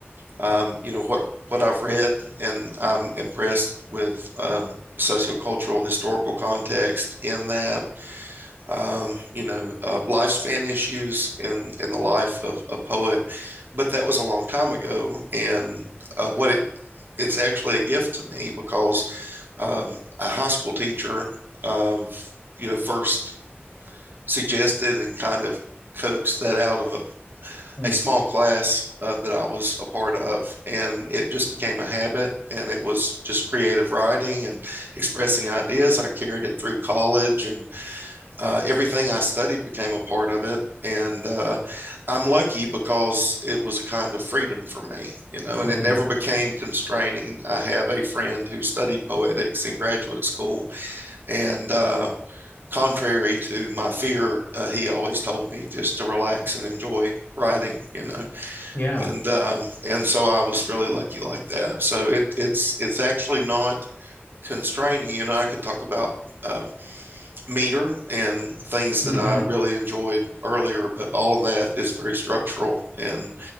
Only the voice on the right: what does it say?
um, you know what what I've read, and I'm impressed with um, sociocultural historical context in that um, you know uh, lifespan issues in in the life of a poet. But that was a long time ago, and uh, what it it's actually a gift to me because um, a high school teacher of you know first suggested and kind of coaxed that out of a,
a small class uh, that I was a part of. And it just became a habit. And it was just creative writing and expressing ideas. I carried it through college, and uh, everything I studied became a part of it. And uh, I'm lucky because it was a kind of freedom for me, you know, and
it never became constraining. I have a friend who studied poetics in graduate school, and uh, contrary to my fear, uh, he always told me just to relax and enjoy writing, you know.
And um, and so I was really lucky like that. So it, it's it's actually not constraining. You know, I could talk about uh, meter and things
that I really enjoyed earlier, but all of that is very structural, and